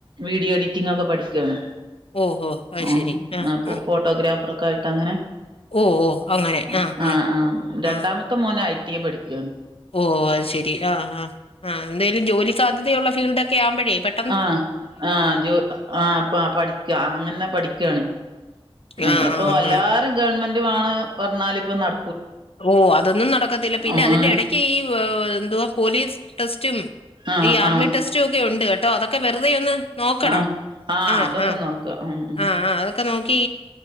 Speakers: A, on the right; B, on the left.
A: വീഡിയോ എഡിറ്റിംഗ് ഒക്കെ പഠിക്കാണ്.
B: ഓ ഓ അത്
A: ആഹ്
B: ശരി ആ
A: അപ്പോ
B: ആ
A: ഫോട്ടോഗ്രാഫറൊക്കെ ആയിട്ടങ്ങനെ.
B: ഓ ഓ അങ്ങനെ
A: ആഹ്
B: ആ ആ
A: ആഹ് രണ്ടാമത്തെ
B: ആ
A: മോന് ഐ ടി എ പഠിക്കാണ്.
B: ഓ അത് ശരി ആഹ് ആഹ് ആഹ് ന്തേലും ജോലി സാധ്യതയുള്ള ഫീൽഡൊക്കെയാവുമ്പോഴെ പെ.
A: ആഹ് ആഹ് ജോ ആഹ പ്പ പഠിക്ക അങ്ങനെ ന്നെ പഠിക്കാണ്. നമ്മള്പ്പോ
B: ആ ആ
A: എല്ലാരും
B: ആ
A: ഗവൺമെന്റ് മാണം പറഞ്ഞാല് പ്പം നട.
B: ഓ അതൊന്നും നടക്കത്തില്ല പിന്നെ
A: ആഹ്
B: അതിന്റെടയ്ക്ക് ഈ എന്തുവാ പോലീസ് ടെസ്റ്റും.
A: ആഹ്
B: ഈ ആർമി
A: ആഹ്
B: ടെസ്റ്റും ഒക്കെ ഉണ്ട് കേട്ടോ അതൊക്കെ വെറുതെ ഒന്ന് നോക്കണം.
A: ആഹ് ആഹ്
B: ആ
A: അതൊക്കെ
B: ആ
A: നോക്ക. ഉം ഉം
B: ആ ആ അതൊക്കെ നോ ക്കി